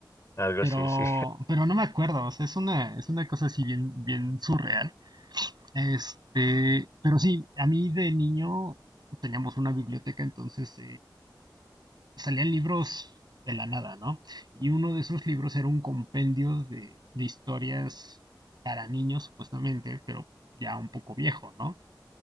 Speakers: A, on the left; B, on the right.
A: Algo
B: pero,
A: así, sí.
B: pero no me acuerdo, o sea, es una, es una cosa así bien, bien surreal. Este, pero sí, a mí de niño teníamos una biblioteca, entonces salían libros de la nada, ¿no? Y uno de esos libros era un compendio de, de historias para niños, supuestamente, pero ya un poco viejo, ¿no?